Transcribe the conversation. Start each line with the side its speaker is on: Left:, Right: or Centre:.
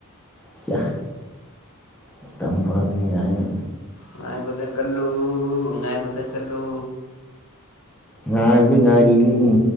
Centre: ꯁꯤ ꯑ ꯃꯇꯝꯅ ꯄꯣꯔꯛꯀꯅꯤ ꯀꯥꯏꯅꯥ
Left: ꯉꯥꯏꯕꯥꯇꯥ ꯀꯜꯂꯣ ꯉꯥꯏꯕꯥꯇꯥ ꯀꯥꯜꯂꯣ
Centre: ꯉꯥꯏꯕꯗꯤ ꯉꯥꯏꯔꯤꯅꯤꯅꯦ